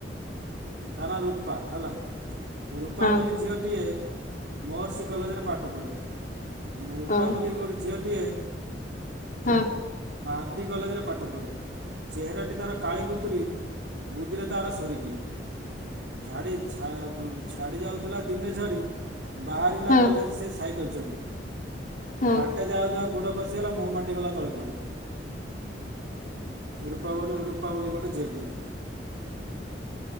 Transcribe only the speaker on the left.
ହଁ
ହଁ
ହଁ
ହଁ
ହଁ